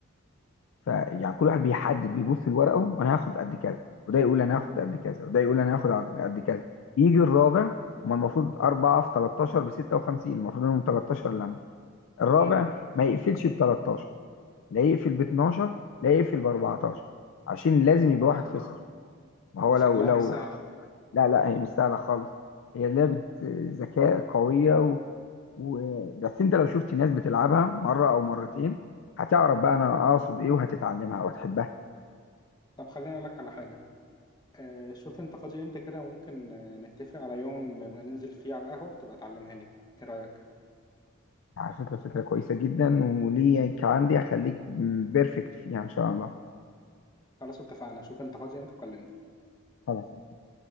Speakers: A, on the left (about 65°); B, on the left (about 20°).
A: فيعني كل واحد بيحدد بيبص لورقه وانا هاخد قد كذا وده يقول انا هاخد قد كذا وده يقول انا هاخد عد- قد كذا يجي الرابع هما المفروض أربعة في 13 ب 56 المفروض إنهم 13 لما الرابع
B: مم.
A: ما يقفلش ب 13 لا يقفل ب 12 لا يقفل ب 14 عشان لازم يبقى
B: خلاص
A: واحد خسر ما هو
B: هي
A: لو
B: شكلها
A: لو
B: مش سهلة
A: لا لا هي مش سهلة خالص هي لعبة ذكاء قوية و... و... بس أنت لو شفت ناس بتلعبها مرة أو مرتين هتعرف بقى أنا أقصد إيه وهتتعلمها وهتحبها
B: طب خليني أقول لك على حاجة آه شوف أنت فاضي إمتى كده ممكن آه، نتفق على يوم يبقى ننزل فيه على القهوة وتبقى تعلمها لي إيه رأيك؟
A: على فكرة فكرة كويسة جدا وليك عندي هخليك بيرفكت فيها إن شاء الله
B: خلاص اتفقنا شوف أنت فاضي إمتى كلمني
A: خلاص